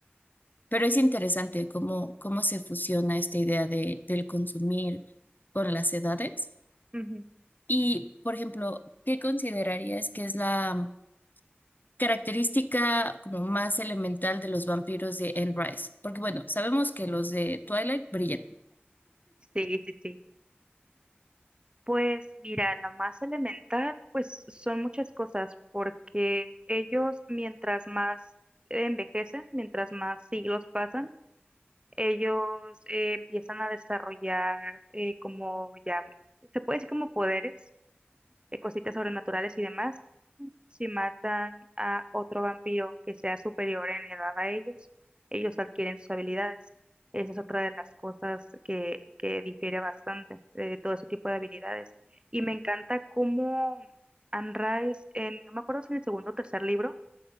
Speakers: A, on the left; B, on the right.
A: pero es interesante cómo, cómo se fusiona esta idea de, del consumir con las edades.
B: Ujú.
A: Y, por ejemplo, ¿qué considerarías que es la característica como más elemental de los vampiros de Anne Rice? Porque, bueno, sabemos que los de Twilight brillan.
B: Sí, sí, sí. Pues mira, lo más elemental, pues son muchas cosas, porque ellos mientras más envejecen, mientras más siglos pasan, ellos eh, empiezan a desarrollar eh, como ya, se puede decir como poderes, eh, cositas sobrenaturales y demás. Si matan a otro vampiro que sea superior en edad a ellos, ellos adquieren sus habilidades. Esa es otra de las cosas que, que difiere bastante de todo ese tipo de habilidades. Y me encanta cómo Anne Rice, en, no me acuerdo si en el segundo o tercer libro,